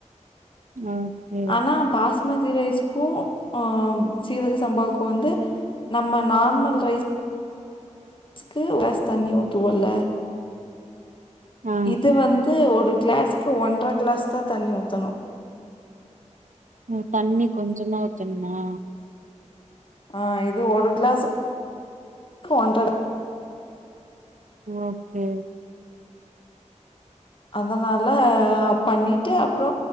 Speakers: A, on the right; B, on the left.
A: ஓகே
B: ஆனா பாஸ் மதி ரைஸ்க்கு ஆ சீரக சம்பாவ்க்கு வந்து நம்ம நார்மல் ரைஸ்க்கு ஒரு க்ளாஸ் தண்ணி ஊத்துவோல்ல
A: ஆ
B: இது வந்து ஒரு க்ளாஸுக்கு ஒன்ற க்ளாஸ் தா தண்ணி ஊத்தணு
A: ம் தண்ணி கொஞ்சமா ஊத்தனுமா
B: ஆ இது ஒரு க்ளாஸுக் ஒன்ற
A: ஓகே
B: அதனால பண்ணிட்டு அப்றோ